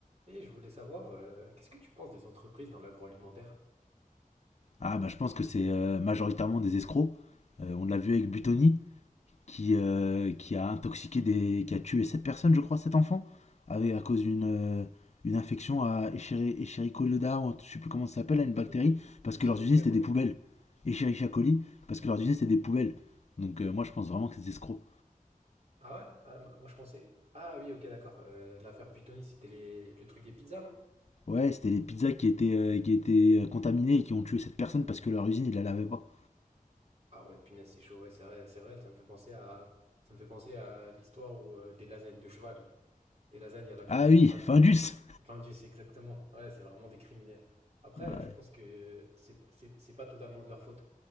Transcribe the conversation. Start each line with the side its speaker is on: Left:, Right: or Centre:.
Right: Et je voulais savoir, euh, qu'est-ce que tu penses des entreprises dans l'agroalimentaire?
Left: Ah bah je pense que c'est euh, majoritairement des escrocs. Euh, on l'a vu avec Butoni qui, euh, qui a intoxiqué des. qui a tué sept personnes, je crois, sept enfants, avec, à cause d'une euh, une infection à Escheri- Escherichia ou un- je sais plus comment ça s'appelle, là, une bactérie,
Right: I-
Left: parce
Right: Ici
Left: que leurs usines c'était
Right: à Coli?
Left: des poubelles. Escherichia coli, parce que leurs usines c'était des poubelles. Donc euh, moi je pense vraiment que c'est des escrocs.
Right: Ah ouais? Ah, moi moi, je pensais. Ah oui, ok, d'accord. Euh, l'affaire Buitoni, c'était les- le truc des pizzas, non?
Left: Ouais, c'était les pizzas qui étaient, euh, qui étaient euh, contaminées et qui ont tué cette personne parce que leur usine ils la lavaient pas.
Right: Ah ouais, punaise, c'est chaud, ouais, c'est vrai, c'est vrai, ça me fait penser à, ça me fait penser à l'histoire où, euh, des lasagnes de cheval, là. Des lasagnes à la viande
Left: Ah
Right: de
Left: oui,
Right: cheval.
Left: Findus!
Right: Enfin, c'est exactement. Ouais, c'est vraiment des criminels. Après,
Left: Ouais,
Right: je pense que c'est c'est- c'est pas totalement de leur faute.